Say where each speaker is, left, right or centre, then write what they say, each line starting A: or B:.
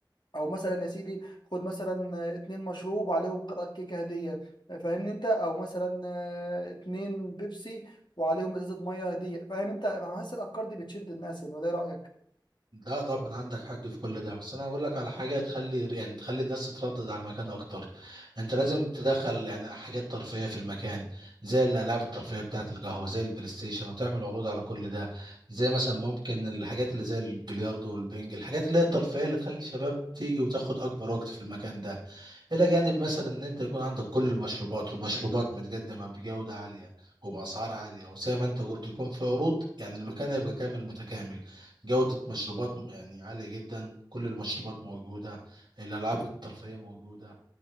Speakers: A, on the left; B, on the right.
A: او مثلا يا سيدي خد مثلا آه، اتنين مشروب وعليهم قطعه كيكه هديه فاهمني انت او مثلا آه، اتنين بيبسي وعليهم ازازه ميه هديه فاهم انت انا حاسس الافكار دي بتشد الناس يعني وده ايه رايك
B: لا طبعا عندك حق في كل ده بس انا اقول لك على حاجه تخلي يعني تخلي الناس تتردد على المكان اكتر انت لازم تدخل يعني حاجات ترفيهيه في المكان زي الالعاب الترفيهيه بتاعه القهوه زي البلاي ستيشن وتعمل عروض على كل ده زي مثلا ممكن الحاجات اللي زي البلياردو والبنج الحاجات اللي هي الترفيهيه اللي تخلي الشباب تيجي وتاخد اكبر وقت في المكان ده الى جانب مثلا ان انت يكون عندك كل المشروبات والمشروبات متقدمه بجوده عاليه وباسعار عاليه وزي ما انت قلت يكون في عروض يعني المكان هيبقى كامل متكامل جودة مشروبات م- يعني عالية جدا كل المشروبات موجودة الألعاب الترفيهية موجودة